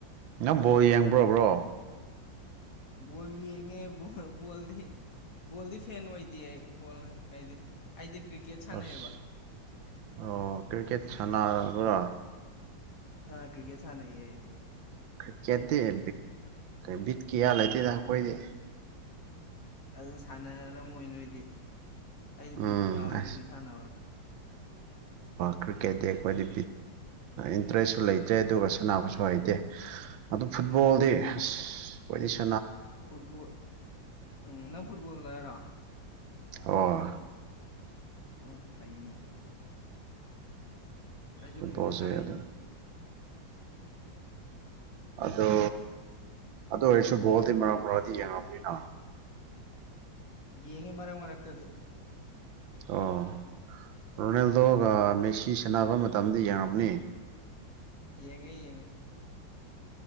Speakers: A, on the right (about 80°); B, on the left (about 50°).
A: ꯅꯝꯕꯣ ꯌꯦꯡꯕ꯭ꯔꯕ꯭ꯔꯣ
B: ꯣꯜꯂꯤꯉꯦ ꯕꯣꯜꯗꯤ ꯕꯣꯜꯗꯤ ꯐꯦꯟ ꯑꯣꯏꯗꯦ ꯑꯩ ꯕꯣꯜ ꯍꯥꯏꯗꯤ ꯑꯩꯗꯤ ꯀ꯭ꯔꯤꯀꯦꯠ ꯁꯥꯟꯅꯩꯑꯕ
A: ꯑꯁ ꯑꯣ ꯀ꯭ꯔꯤꯀꯦꯠ ꯁꯅꯔꯕ꯭ꯔꯣ
B: ꯑꯥ ꯀ꯭ꯔꯤꯀꯦꯠ ꯁꯥꯟꯅꯩꯌꯦ ꯑꯩꯗꯤ
A: ꯀ꯭ꯔꯤꯛꯀꯦꯠꯇꯤꯕꯤ ꯕꯤꯠ ꯀꯌꯥ ꯂꯩꯇꯦ ꯅ ꯑꯩꯈꯣꯏꯗꯤ
B: ꯑꯗꯨꯅ ꯁꯥꯟꯅꯔꯝꯣꯏ ꯅꯣꯏꯗꯤ ꯑꯩꯗꯤ
A: ꯎꯝ
B: ꯕꯤꯠ ꯌꯥꯎꯋꯦ
A: ꯑꯁ
B: ꯀ꯭ꯔꯤꯛꯀꯦꯠ ꯁꯥꯟꯅꯕꯗꯤ
A: ꯀ꯭ꯔꯤꯛꯀꯦꯠꯇꯤ ꯑꯩꯈꯣꯏꯗꯤ ꯏꯟꯇꯔꯦꯁꯁꯨ ꯂꯩꯇꯦ ꯑꯗꯨꯒ ꯁꯥꯟꯅꯕꯁꯨ ꯍꯩꯇꯦ ꯑꯗꯨ ꯐꯨꯠꯕꯣꯜꯗꯤ
B: ꯎꯝ
A: ꯑꯁ ꯑꯣꯏꯗꯤ
B: ꯐꯨꯠꯕꯣꯜ ꯎꯝ ꯅꯪ ꯐꯨꯠꯕꯣꯜꯗꯔꯥ
A: ꯑꯣ
B: ꯎ ꯐꯩꯅꯦ ꯑꯩꯁꯨ
A: ꯐꯨꯠꯕꯣꯜꯁꯦ
B: ꯀ꯭ꯔꯤꯛꯀꯦꯠ ꯁꯥꯟꯅꯩꯌꯦ
A: ꯑꯗꯨ
B: <inaudible>
A: ꯑꯗ ꯑꯗꯣ ꯑꯣꯏꯔꯁꯨ ꯒꯣꯜꯗꯤ ꯃꯔꯛ ꯃꯔꯥꯡꯗꯤ ꯌꯦꯡꯉꯝꯅꯤꯅ
B: ꯌꯦꯡꯉꯤ ꯃꯔꯛ ꯃꯔꯛꯇꯗꯤ
A: ꯑꯣ ꯔꯣꯅꯦꯜꯗꯣꯒ ꯃꯦꯛꯁꯤ ꯁꯥꯟꯅꯕ ꯃꯇꯝꯗ ꯌꯦꯡꯉꯝꯅꯤ
B: ꯌꯦꯉ ꯌꯦꯡꯉꯦ